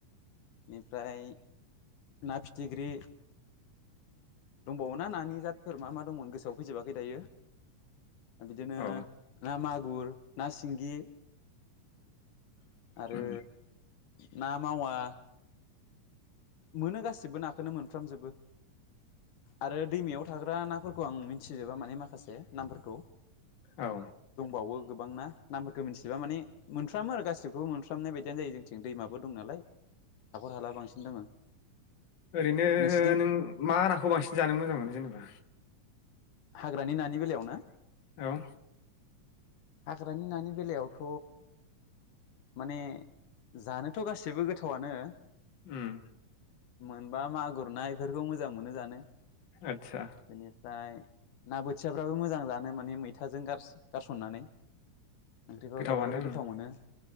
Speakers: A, on the left; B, on the left.
A: इनिफ्राय ना फिथिग्रि दंबावो ना नानि जादफोर मा मा दंमोन गोसोआव फैजोबाखै दायो। बिदिनो
B: औ
A: ना मागुर ना सिंगि आरो
B: उम
A: ना मावा मोनो गासिबो नाखोनो मोनो फ्रामजोबो आरो दैमायाव थाग्रा नाफोरखौ आं मिनथिजोबा माने माखासे नामफोरखौ।
B: औ
A: दंबावो गोबां ना नामफोरखौ मिथिजोबा माने मोनफ्रामो आरो गासिखौबो मोनफ्रामनाय बायदियानो जायो जोंथिं दैमाबो दं नालाय हाखर हाला बांसिन दङ।
B: ओरैनो
A: नोंसोरथिं
B: नों मा नाखौ बांसिन जानो मोजां मोनो जेनेबा?
A: हाग्रानि नानि बेलायाव ना?
B: औ
A: हाग्रानि नानि बेलायावथ' माने जानोथ' गासिबो गोथावानो
B: उम
A: मोनबा मागुर ना इफोरखौ मोजां मोनो जानो।
B: आदसा
A: बेनिफ्राय ना बोथियाफ्राबो मोजां जानो माने मैथाजों गारसो गारसननानै। ओंख्रिफोराव
B: गोथावानो
A: जाबा बिराद
B: उम
A: गोथाव मोनो।